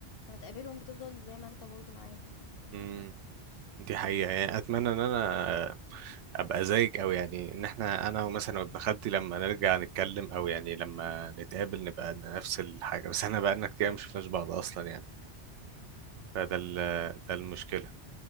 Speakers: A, on the left; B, on the right.
A: لما تقابلهم بتفضل زي ما انت برضو معاهم يعني
B: امم دي حقيقة يعني اتمنى ان انا ابقى زيك او يعني ان احنا انا مثلا وابن خالتي لما نرجع نتكلم او يعني لما نتقابل نبقى نفس الحاجة بس احنا بقالنا كتير ما شفناش بعض اصلا يعني فده ال- ده المشكلة